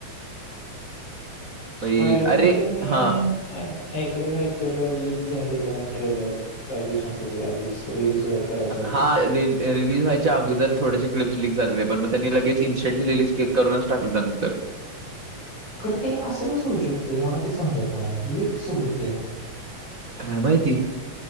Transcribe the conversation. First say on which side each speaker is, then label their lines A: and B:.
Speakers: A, on the right (about 40°); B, on the left (about 55°).
A: भाई
B: स्पायडरमॅनच
A: अरे
B: मी
A: हा
B: आहे. ऐकलं काय तर लीक झालेलं म्हणून ट्रेलर काही दिवसांपूर्वी आधीच रिलीज करायच्या आधी.
A: हा रिलीज व्हायच्या अगोदर थोडेसे क्लिप्सलीक झालेले पण मग त्यांनी लगेच इन्स्टंटली रिली स् क करूनचं टाकता नंतर.
B: खरं ते असं कसं होऊ शकते मला ते समजत नाही लीख कसं होते.
A: काय माहिती.